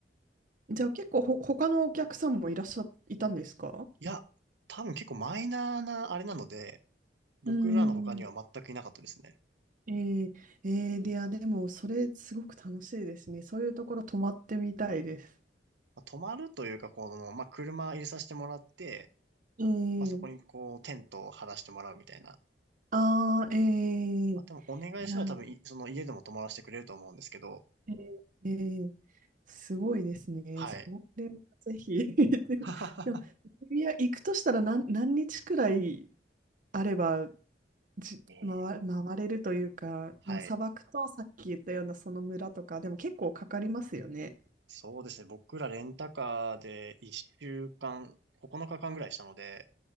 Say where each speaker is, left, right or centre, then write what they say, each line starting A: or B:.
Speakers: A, on the right (about 50°); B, on the right (about 80°).
A: <laughs> じゃあ結構ほ、他のお客さんもいらっしゃ、いたんですか
B: や、多分結構マイナーなあれなので、僕らの他には全くいなかったですね。
A: うーん。ええええで、いや、でも、それすごく楽しいですね。そういうところ泊まってみたいです。
B: まあ、泊まるというか、この、まあ、車入れさせてもらって、
A: ええ
B: まあ、そこにこう、テントを張らせてもらうみたいな。
A: ああ、え
B: まあ、
A: えい
B: でもお願いしたら多分い、
A: や
B: その家でも泊まらせてくれると思うんですけど、
A: ええええすごいですね。
B: はい。
A: それはぜひ。<laughs>
B: <laughs>
A: でも、いや、行くとしたら何、何日くらいあればじ、
B: えー
A: 回、回れるというか、
B: はい。
A: まあ、砂漠とさっき言ったようなその村とか、でも結構かかりますよね。
B: そうですね。僕らレンタカーで1週間、9日間ぐらいしたので、